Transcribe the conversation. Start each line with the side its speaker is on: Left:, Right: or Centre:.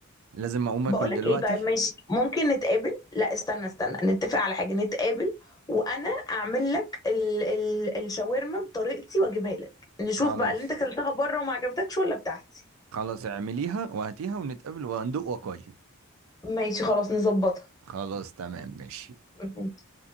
Right: لازم اقوم
Left: بقولك
Right: اكل دلوقتي
Left: ايه طيب ماشي ممكن نتقابل لا استنى استنى نتفق على حاجة نتقابل وانا اعمل لك ال ال الشاورما بطريقتي واجيبها لك نشوف
Right: خلاص
Left: بقى اللي انت اكلتها بره وما عجبتكش ولا بتاعتي
Right: خلاص اعمليها وهاتيها ونتقابل وهندوق وقاي
Left: ماشي خلاص نظبطها
Right: خلاص تمام ماشي
Left: <laughs>